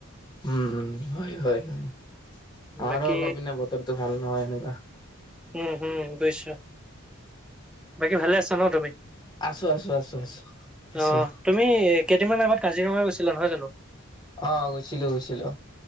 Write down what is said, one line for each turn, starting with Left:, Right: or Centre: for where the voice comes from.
Left: উম উম হয় হয় হয় আমাৰো
Centre: বাকী
Left: অলপ এনেই বতৰটো ভাল নহয় এনেকুৱা।
Centre: উম হু বুইছোঁ, বাকী ভালে আছ ন তুমি?
Left: আছোঁ আছোঁ আছোঁ আছোঁ
Centre: অ
Left: আছোঁ।
Centre: তুমি কেইদিনমান আগত কাজিৰঙা গৈছিলা নহয় জানো?
Left: অ গৈছিলো গৈছিলো